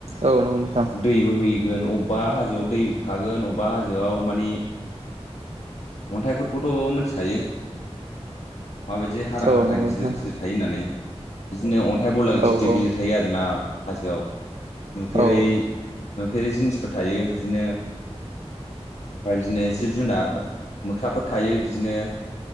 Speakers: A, on the right; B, on the left.
A: औ नंगौ नोंथां
B: दै बोहै गोन अबबा हाजोआव दै थागोन अबबा हाजोआव मानि। अन्थाइफोरखौथ' मोन्थिखायो। माबायदि हारां
A: औ
B: हाथां
A: नंगौ
B: गिदिर
A: नोंथां
B: गिदिर थायो होननानै बिदिनो अन्थाइ गिदि
A: औ औ
B: गिदि थायो आरो ना हाजोआव। नुफेरै
A: औ
B: नुफेरै जिनिसफोर थायो बिदिनो। <unintelligible> जिब-जुनार मोख्राफोर थायो बिदिनो।